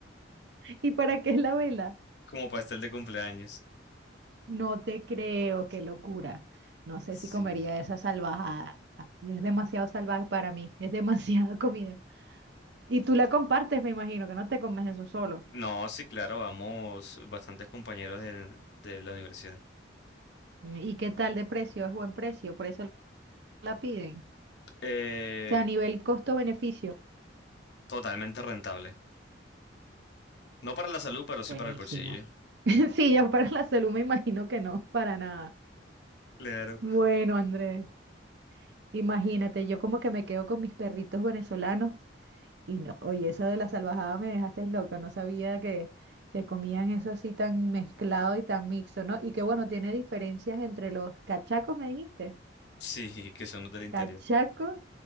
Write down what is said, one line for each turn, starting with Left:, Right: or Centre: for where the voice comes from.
Right: ¿Y para qué es la vela?
Left: como pastel de cumpleaños.
Right: No te creo, qué locura. No sé
Left: Sí.
Right: si comería esa salvajada. Es demasiado salvaje para mí, es demasiada <laughs> comida. Y tú la compartes, me imagino, que no te comes eso solo.
Left: No, sí, claro, vamos bastantes compañeros de, de la universidad.
Right: ¿Y qué tal de precio? Es buen precio, por eso la piden.
Left: Eh,
Right: O sea, a nivel costo-beneficio,
Left: totalmente rentable. No para la salud, pero sí
Right: buenísimo.
Left: para el bolsillo.
Right: <laughs> Sí, ya para la salud me imagino que no, para nada.
Left: Claro.
Right: Bueno, Andrés, imagínate, yo como que me quedo con mis perritos venezolanos Y no, oye, eso de la salvajada me dejaste loca, no sabía que, que comían eso así tan mezclado y tan mixto, ¿no? Y que bueno, tiene diferencias entre los cachacos, me dijiste.
Left: Sí, que son los del interior.
Right: Cachacos